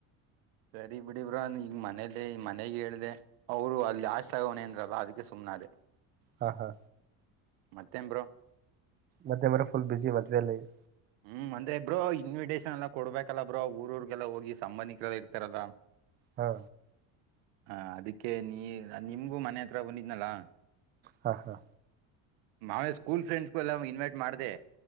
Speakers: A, on the right (about 85°); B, on the right (about 25°).
A: ಸರಿ ಬಿಡಿ ಬ್ರು ಈಗ ಮನೇಲಿ ಈ ಮನೆಗ್ ಹೇಳ್ದೆ ಅವರು ಅಲ್ಲಿ ಹಾಷ್ಟ ತಗೋಣೆ ಅಂದ್ರಲ ಅದಿಕ್ಕೆ ಸುಮ್ಮನಾದೇ
B: ಹಾ ಹಾ
A: ಮತ್ತೇನ್ ಬ್ರು
B: ಮತ್ತೆ ಮೇಡಂ ಫುಲ್ ಬಿಜಿ ಮದ್ವೇ ಲೈಫ್
A: ಹ್ಮ್ ಅಂದ್ರೆ ಬ್ರೋ ಇನ್ವಿಟೇಷನ್ ಎಲ್ಲಾ ಕೊಡ್ಬೇಕಲ್ಲ ಬ್ರೋ ಊರೂಊರಿಗೆಲ್ಲ ಹೋಗಿ ಸಂಬಂಧಿಕರೆಲ್ಲ ಇರ್ತಾರಲ್ಲ
B: ಹಾ
A: ಹಾ ಅದಿಕ್ಕೆ ನೀ ನಿಮ್ಗೂ ಮನೆ ಹತ್ರ ಬಂದಿದ್ನಲ್ಲಾ
B: ಹಾ ಹಾ
A: ಮಾಾವೇ ಸ್ಕೂಲ್ ಫ್ರೆಂಡ್ಸ್ಗುಲ್ಲ ಇನ್ವೈಟ್ ಮಾಡ್ದಿದೆ